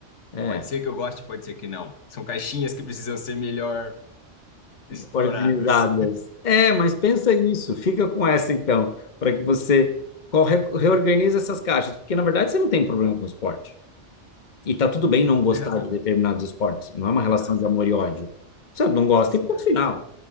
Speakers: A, on the left; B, on the left.
A: É,
B: Pode ser que eu goste, pode ser que não. São caixinhas que precisam ser melhor exploradas.
A: organizadas. É, mas pensa isso. Fica com essa, então, para que você corre- reorganize essas caixas. Porque, na verdade, você não tem problema com esporte. E tá tudo bem
B: <laughs>
A: não gostar
B: Tem razão,
A: de determinados esportes. Não é uma
B: tem
A: relação
B: razão,
A: de amor e ódio. Você não gosta e
B: tem
A: ponto
B: razão.
A: final,